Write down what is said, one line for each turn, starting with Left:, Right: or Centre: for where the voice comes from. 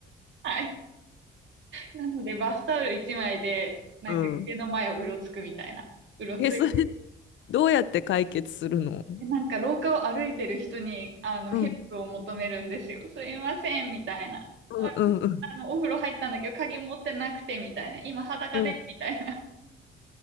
Right: はい。なので、バスタオル一枚で、なんか家の前をうろつくみたいな。
Left: うん、
Right: うろついて、
Left: え、それ、どうやって解決するの
Right: なんか廊下を歩いてる人に、あの、
Left: うん、
Right: ヘルプを求めるんですよ。すいません、みたいな。
Left: うん、
Right: あ
Left: うん、うん。
Right: あの、お風呂入ったんだけど、鍵持ってなくて、みたいな。今裸で、
Left: うん。<laughs>
Right: みたいな。